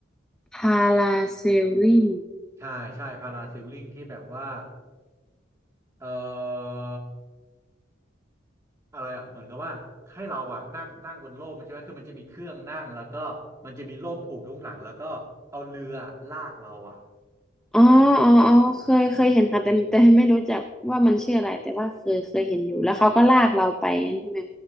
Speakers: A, in the centre; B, on the right.
A: พาราเซลลิง
B: ใช่ใช่พาราเซลลิงที่แบบว่าเอ่ออะไรอ่ะเหมือนกับว่าให้เราอ่ะนั่งนั่งบนร่มใช่ไหมคือมันจะมีเครื่องนั่งแล้วก็มันจะมีร่มผูกทุกหลังแล้วก็เอาเรือลากเราอ่ะ
A: อ๋ออ๋ออ๋อเคยเคยเห็นค่ะแต่แต่ไม่รู้จักว่ามันชื่ออะไรแต่ว่าเคยเคยเห็นอยู่แล้วเขาก็ลากเราไปงั้นใช่ไหม